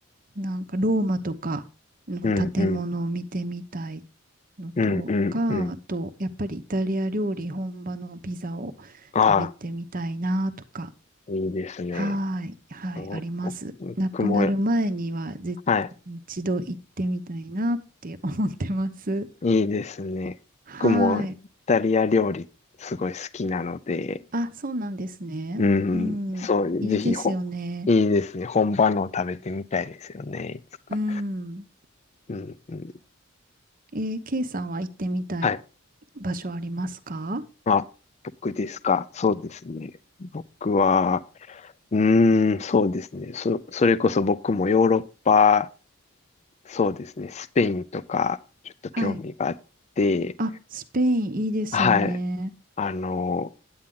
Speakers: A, on the right; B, on the left.
A: なんかローマとかの建物を見てみたい
B: うん、うん、
A: のとか、
B: うん、うん、うん。
A: あと、やっぱりイタリア料理本場のピザを食べてみたいなとか
B: あいいですね。
A: はーい、はい、
B: おお僕も、
A: あります。亡くなる前には絶対に一度行ってみたいなって思ってます。
B: はい。いいですね。
A: はーい。
B: 僕もイタリア料理すごい好きなので、
A: あ、そうなんですね。
B: うん、
A: うん。
B: そう、
A: いいですよね。
B: ぜひほ、いいですね。本場のを食べてみたいですよね。いつか。
A: うん。
B: うん、うん。
A: えー、K さんは行ってみたい
B: はい。
A: 場所ありますか
B: まあ、僕ですか。そうですね。僕は、うーん、そうですね。そ、それこそ僕もヨーロッパ、そうですね。スペインとか、ちょっと興味があって、
A: はい。あ、スペインいいですよね。
B: はい。あの、